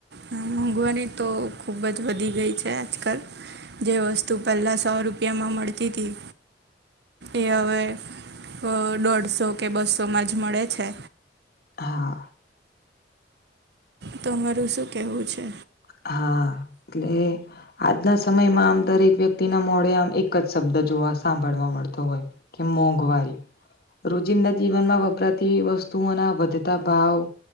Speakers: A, on the right; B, on the left.
A: હા મોંઘવારી તો ખૂબ જ વધી ગઈ છે આજકાલ. જે વસ્તુ પહેલા સો રૂપિયામાં મળતી તી, એ હવે અહ દોઢસો કે બસો માં જ મળે છે.
B: હા.
A: તમારું શું કહેવું છે?
B: હા, એટલે આજના સમયમાં આમ દરેક વ્યક્તિના મોડે આમ એક જ શબ્દ જોવા સાંભળવા મળતો હોય કે મોંઘવારી. રોજિંદા જીવનમાં વપરાતી વસ્તુઓના વધતા ભાવ